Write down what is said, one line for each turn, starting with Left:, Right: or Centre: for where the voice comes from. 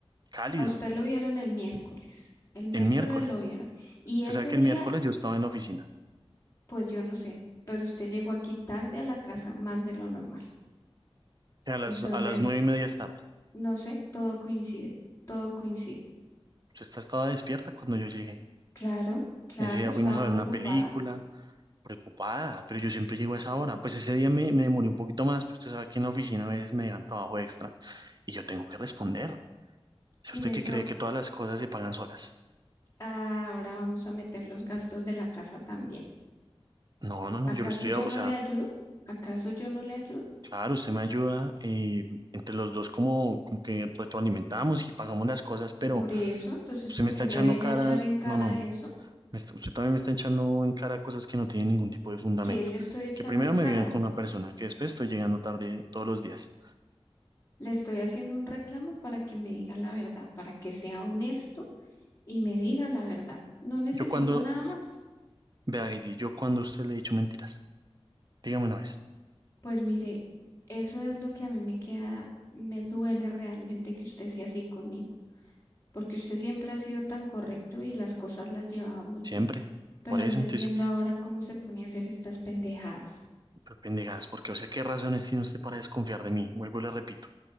Right: cálido.
Left: A usted lo vieron el miércoles. El miércoles
Right: El miércoles.
Left: lo vieron. Y
Right: Usted
Left: ese
Right: sabe que
Left: día,
Right: el miércoles yo estaba en la oficina.
Left: pues yo no sé, pero usted llegó aquí tarde a la casa más de lo normal.
Right: A las,
Left: Entonces...
Right: a las nueve y media es tarde.
Left: No sé, todo coincide, todo coincide.
Right: Esta estaba despierta cuando yo llegué.
Left: Claro, claro,
Right: Ese día
Left: estaba
Right: fuimos a
Left: preocupada.
Right: ver una película, preocupada, pero yo siempre llego a esa hora. Pues ese día me, me demoré un poquito más, pero usted sabe que en la oficina a veces me dan trabajo extra y yo tengo que responder. ¿Es
Left: Mire,
Right: usted que
Left: yo
Right: cree que todas las cosas se pagan solas?
Left: ah, ahora vamos a meter los gastos de la casa también.
Right: No, no, no,
Left: ¿Acaso
Right: yo lo estoy,
Left: yo
Right: a- o
Left: no
Right: sea,
Left: le ayudo? ¿Acaso yo no le ayudo?
Right: claro, usted me ayuda, eh, entre los dos como, como que retroalimentamos y pagamos las cosas, pero
Left: Por eso, entonces,
Right: usted
Left: ¿por
Right: me está
Left: qué
Right: echando
Left: me viene
Right: caras.
Left: a echar en cara
Right: No, no,
Left: eso?
Right: Me está- usted también me está echando en cara cosas que no tienen ningún tipo de fundamento.
Left: ¿Qué le estoy echando
Right: Que primero
Left: en cara?
Right: me viven con una persona, que después estoy llegando tarde todos los días.
Left: Le estoy haciendo un reclamo para que me diga la verdad, para que sea honesto y me diga la verdad. No necesito
Right: Yo cuando,
Left: nada más.
Right: vea, Heidi, yo cuando a usted le he dicho mentiras, dígame una vez,
Left: Pues mire, eso es lo que a mí me queda, me duele realmente que usted sea así conmigo, porque usted siempre ha sido tan correcto y las cosas las llevábamos
Right: siempre.
Left: bien, pero
Right: Por eso,
Left: no
Right: entonces,
Left: entiendo ahora cómo se pone a hacer estas pendejadas.
Right: pero pendejadas, porque, o sea, ¿qué razones tiene usted para desconfiar de mí? Vuelvo y le repito,